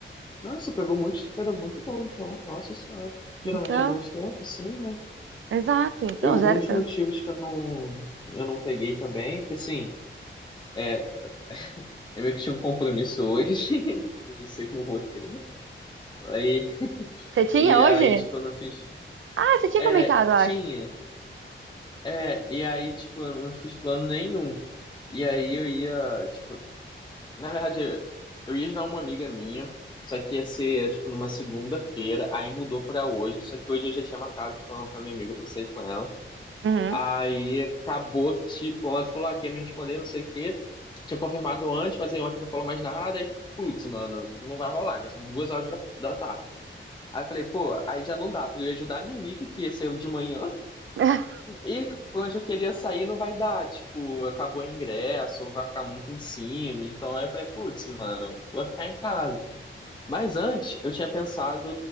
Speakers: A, on the left; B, on the right.
A: Nossa, pegou muito era muito bom, então. Nossa senhora. Geralmente
B: Então,
A: é mais tempo, sim, né?
B: exato. Então
A: Eu,
B: zero
A: um dos
B: trânsito.
A: motivos que eu não, eu não peguei também, porque assim, é, eu meio que tinha um compromisso hoje. <laughs> Eu já sei que eu não vou ter. Aí,
B: Você tinha
A: e aí,
B: hoje?
A: tipo, eu não fiz.
B: Ah, você tinha
A: É,
B: comentado, eu acho.
A: tinha. É, e aí, tipo, eu não fiz plano nenhum. E aí eu ia, tipo, na verdade, eu ia ajudar uma amiga minha, só que ia ser, tipo, numa segunda-feira, aí mudou pra hoje, só que hoje eu já tinha marcado com, com a minha amiga pra eu sair com ela.
B: Uhum.
A: Aí acabou que, tipo, ontem falou, ah, quer me responder, não sei o quê. Tinha confirmado antes, mas aí ontem não falou mais nada, aí, putz, mano, não vai rolar, já são duas horas da, da tarde. Aí eu falei, pô, aí já não dá, porque eu ia ajudar a minha amiga, que ia ser de manhã,
B: <laughs>
A: e pra onde eu queria sair não vai dar, tipo, acabou o ingresso, ou vai ficar muito em cima. Então aí eu falei, putz, mano, vou ficar em casa. Mas antes, eu tinha pensado